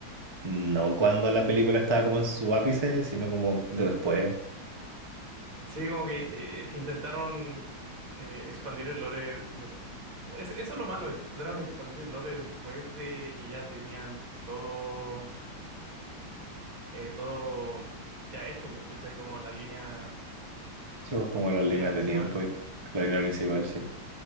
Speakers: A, on the right; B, on the right.
A: no cuando la película estaba como en su ápice, sino como de después,
B: Sí, como que eh, intentaron eh, expandir el lore. de- Es- eso es lo malo, intentaron expandir el lore después de que ya tenían todo, eh, todo mm, ya hecho, pues, ¿cachai? Como la línea,
A: sí, pues, como
B: la
A: las
B: línea
A: líneas
B: principal.
A: de tiempo y t- la línea principal, sí.